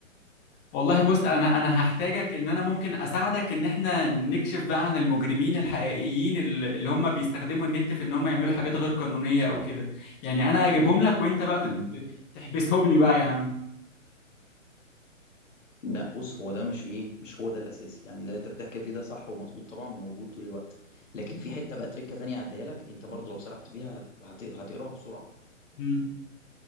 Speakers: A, on the left; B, on the left.
A: والله بص انا انا هحتاجك ان انا ممكن اساعدك ان احنا نكشف بقى عن المجرمين الحقيقيين ال- اللي هم بيستخدموا النت في ان هم يعملوا حاجات غير قانونية او كده يعني انا اجيبهم لك وانت بقى تت-
B: امم
A: تحبسهم لي بقى يا عم
B: لا بص هو ده مش ايه مش هو ده الاساسي يعني ده انت بتحكي فيه ده صح ومظبوط طبعا وموجود طول الوقت لكن في حته بقى تريكه تانية هديها لك انت برضه لو سرحت فيها هت... هت... هتقراها بسرعه
A: مم.